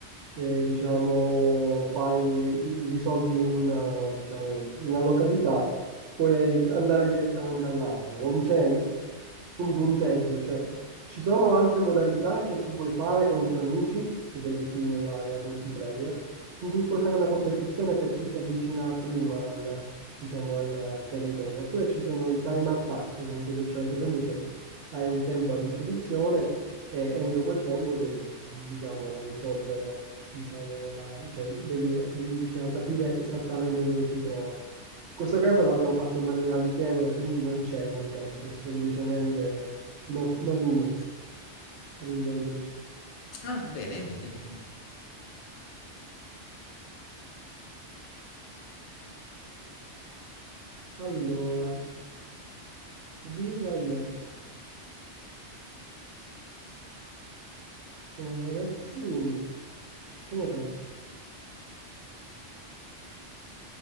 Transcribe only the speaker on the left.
Ah, bene, bene, bene.